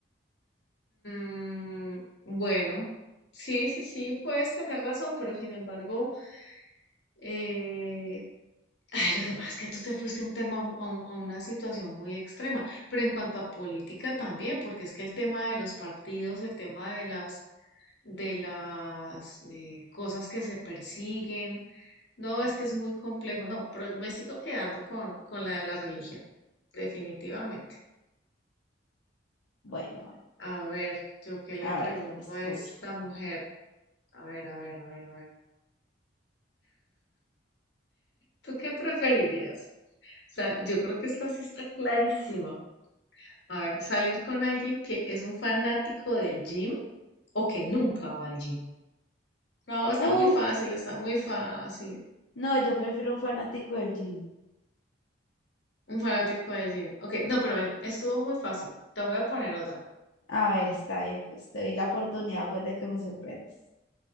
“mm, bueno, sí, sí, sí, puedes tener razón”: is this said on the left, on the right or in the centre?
Left